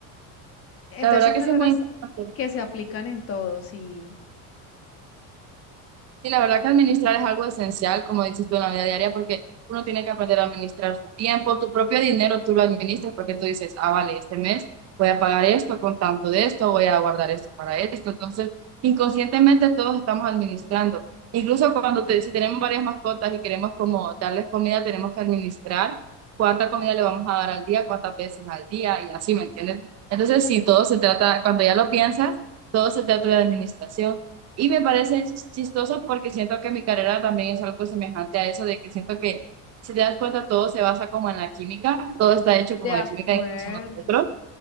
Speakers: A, on the left; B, on the right.
A: Entonces
B: La verdad
A: son
B: que
A: carreras
B: sí es muy importante.
A: que se aplican en todos y
B: Sí, la verdad que administrar es algo esencial, como dices tú, en la vida diaria, porque uno tiene que aprender a administrar su tiempo, tu propio dinero tú lo administras porque tú dices, ah, vale, este mes voy a pagar esto con tanto de esto, voy a guardar esto para esto. Entonces, inconscientemente todos estamos administrando. Incluso cuando te, si tenemos varias mascotas y queremos como darles comida, tenemos que administrar cuánta comida le vamos a dar al día, cuántas veces al día y así, ¿me entiendes? Entonces, sí, todo se trata, cuando ya lo piensas, todo se trata de administración. Y me parece chistoso porque siento que mi carrera también es algo semejante a eso, de que siento que, si te das cuenta, todo se basa como en la química, todo está hecho como
A: de acuerdo.
B: de química, incluso nosotros.